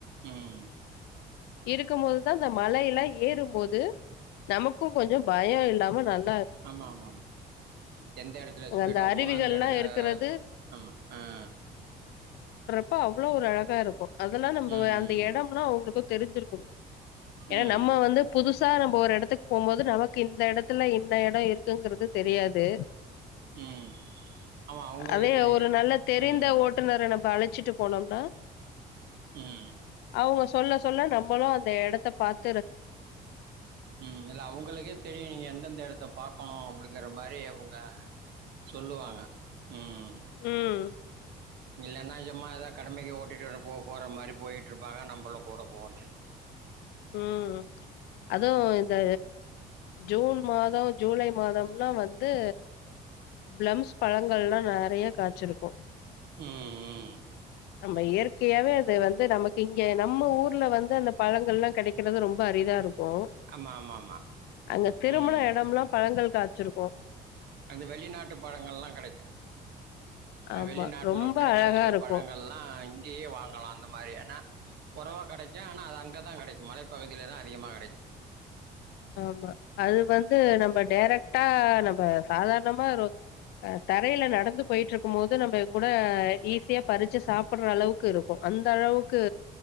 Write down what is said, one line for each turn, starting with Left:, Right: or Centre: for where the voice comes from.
Right: உம்
Left: இருக்கும்போதுதான் ந்தமழயில் லஏறும்போது நமக்கு கொஞ்ச பயம் இல் நமநால்
Right: ஆம்மா ஆம்மா ஆமா எந்த எடத்துல
Left: அங்க
Right: ஸ்பீடா
Left: அந்த அருவிகள்லா
Right: போனா அந்த எடத்துல
Left: இருக்கிறது
Right: அம்மா ஆஹ்
Left: ப்பா அவ்ளோ ஒரு அழ தருக்கு அதல்லா நம்பவ
Right: ம்
Left: அந்த இடம்னா உங்களுக்கு தெரிஞ்சுருக்கணு ஏன்
Right: ம்
Left: நம்ம வந்து புதுசா நம்ப ஓர எடத்துக் போம்போது நமக்கு இந்த எடத்துல இன்ன இட இருக்குங்குறது தெரியாது
Right: ம் ஆமாம் அவங்களுக்கு
Left: அதே
Right: தெரியும்
Left: ஒரு நல்ல தெரிந்த
Right: ம்
Left: ஓட்டுநர நம் ப்பஅழச்சுட்டு போனோம்னா
Right: உஹம்
Left: அவுங்க சொல்ல சொல்ல நம்மளு அந்த இடத் த்தபாத்
Right: உம் இல்ல அவங்களுக்கே தெரியும் நீங்க எந்தெந்த இடத்த பா <unintelligible> அப்டிங்கற மாரி அவங்க சொல்லுவாங்க உம்
Left: ம்
Right: இல்லைன்ன சம்மா ஏதாவ கடமைக்கு ஓட்டிட்டு போ போற மாரி போயிட்ருப்பாங்க நம்மளும் கூட போ வேண்டியது
Left: உம் அதுவு இந்த ஜூன் மாதோ ஜூலை மாதம்லா வந்து பிளம்ஸ் பழங்கள்லா நெறைய காய்ச்சிருக்கும்
Right: உம் உம்
Left: நம்ம இயற்கையாவே அது வந்து நமக்கு இங்க நம்ம ஊர்ல வந்து அந்த பழங்கள்லா கெடைக்கிறது ரொம்ப அரிதா இருக் க்கும்
Right: ஆமா, ஆமா, ஆமா.
Left: அங்க திரும்புன
Right: ம்.
Left: எடம்லா பழங்கள் காச்சிருக்கோம்
Right: அந்த வெளிநாட்டு பழங்கள்ல்லாம் கிடைக்கும் ஆ
Left: ஆமா
Right: வெளிநாட்ல
Left: ரொம்ப
Right: கிடைக்கிற
Left: அழகா
Right: சில
Left: இருக்கு
Right: பழங்கள்லா இங்கயே வாங்கலான்னு ந்த மாரி ஆனா குறவா கெடைக்கும் ஆனா அது அங்கதான் கெடைக்கும் மலைப்பகுதியில தான் அதிகமா கெடைக்கும்
Left: ஆமா அது வந்து நம்ம டைரக்டா நம்ம சாதாரணமா ஒரு ஹ் தரையில நடந்து போயிட்டு இருக்கும் போது நம்ம கூட ஈஸியா பறிச்சு சாப்பிடுற அளவுக்கு இருக்கும் அந்த அளவுக்கு